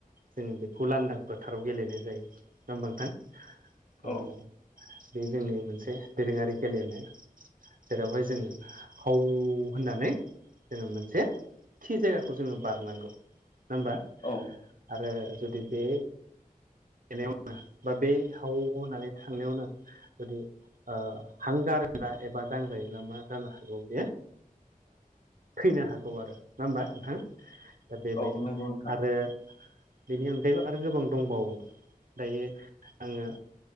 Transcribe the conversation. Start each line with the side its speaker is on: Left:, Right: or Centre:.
Right: जोङो बेखौ लांदां फोथाराव गेलेनाय जायो नङा होनबा नोंथां
Left: औ औ
Right: बे जोंनि मोनसे दोरोङारि गेलेनाय। जेरावहाय जोङो हाव होननानै जोङो मोन से थि जायगाखौ जोङो बारनांगौ नङा होमबा
Left: औ
Right: आरो जुदि बे <unintelligible> बा बे हाव होननानै थांनायावनो जुदि हांगारोब्ला एबा दांजायोब्ला मा जानो हागौ बेयो फैनो हागौ आरो नङा होमबा नोंथां दा बेबायदि
Left: औ नंगौ नोंथां
Right: आरो बेनि अनगायैबो आरो गोबां दंबावो दायो आङो